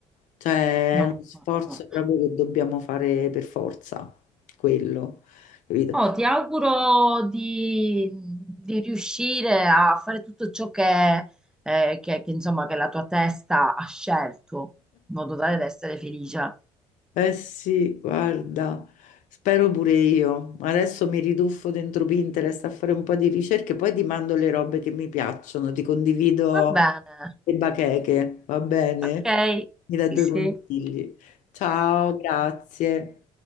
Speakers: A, on the left; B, in the centre.
A: Cioè
B: no,
A: è uno sforzo
B: no, no.
A: proprio che dobbiamo fare per forza, quello, capito?
B: Oh, ti auguro di, di riuscire a fare tutto ciò che, eh, che- che, insomma, che la tua testa ha scelto, in modo tale da essere felice.
A: Eh sì, guarda, spero pure io. Adesso mi riduffo dentro Pinterest a fare un po' di ricerche, poi ti mando le robe che mi piacciono, ti condivido
B: Va bene,
A: le bacheche, va bene?
B: ok,
A: Mi dai
B: sì,
A: due
B: sì.
A: consigli. Ciao, grazie.